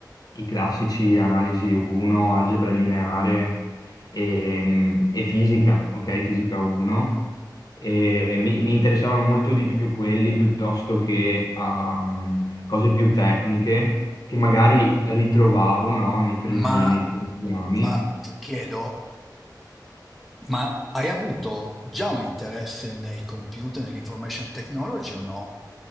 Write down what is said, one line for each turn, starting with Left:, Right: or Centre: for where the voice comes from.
Left: i classici analisi 1, algebra lineare e, e fisica, ok? Fisica 1. E mi, mi interessavano molto di più quelli piuttosto che ehm, cose più tecniche che magari ritrovavo, no, nei primi,
Centre: Ma,
Left: nei primi esami.
Centre: ma ti chiedo, ma hai avuto già un interesse nei computer, nell'information technology o no?